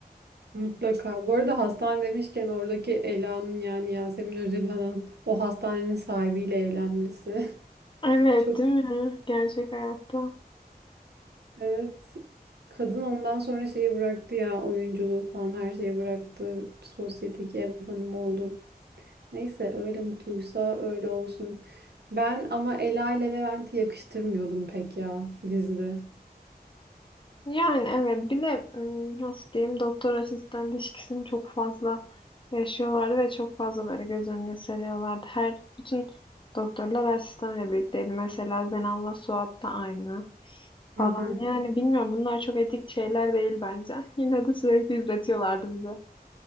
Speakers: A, on the right (about 85°); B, on the left (about 30°).
A: Mutlaka. Bu arada hastane demişken oradaki Ela'nın yani Yasemin Özilhan'ın o hastanenin sahibiyle evlenmesi.
B: Evet,
A: <laughs> Çok
B: değil mi? Gerçek hayatta.
A: Evet. Kadın ondan sonra şeyi bıraktı ya oyunculuğu falan her şeyi bıraktı. Sosyeteki ev hanımı oldu. Neyse öyle mutluysa öyle olsun. Ben ama Ela ile Levent'i yakıştırmıyordum pek ya dizide.
B: Yani evet bir de ım, nasıl diyeyim doktor asistan ilişkisini çok fazla yaşıyorlardı ve çok fazla böyle göz önüne seriyorlardı. Her bütün doktorlar asistanla birlikteydi. Mesela Zenan'la Suat da aynı falan.
A: Hı hı.
B: Yani bilmiyorum bunlar çok etik şeyler değil bence. <laughs> Yine de sürekli izletiyorlardı bize.